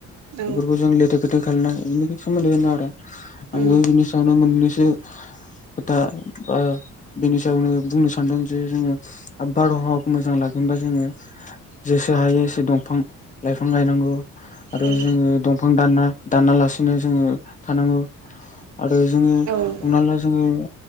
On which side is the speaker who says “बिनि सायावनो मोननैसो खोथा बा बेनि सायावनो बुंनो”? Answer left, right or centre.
Left